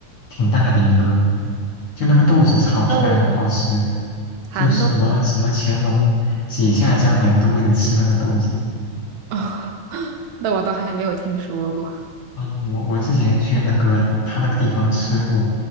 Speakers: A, on the left; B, on the right.
A: 挺大的一个，就那个豆子炒出来很好吃，
B: 豆吗蚕豆吗？
A: 就什么什么乾隆几下江南都为了吃那个豆子。
B: <laughs> 那我倒还没有听说过。
A: 嗯，我我之前去那个他那个地方吃过，